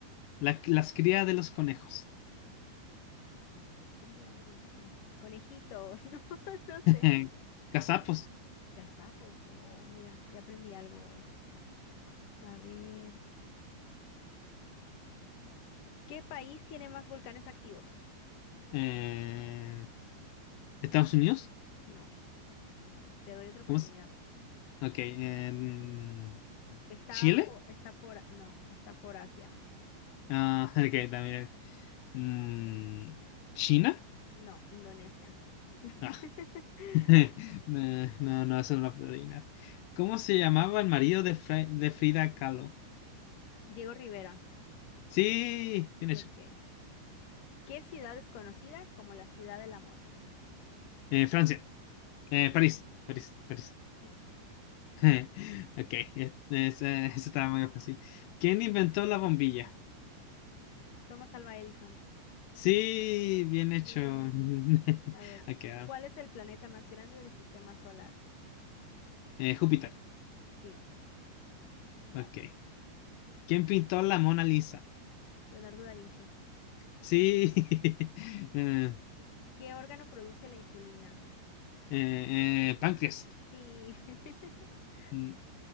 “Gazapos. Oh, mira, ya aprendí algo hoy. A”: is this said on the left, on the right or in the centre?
Left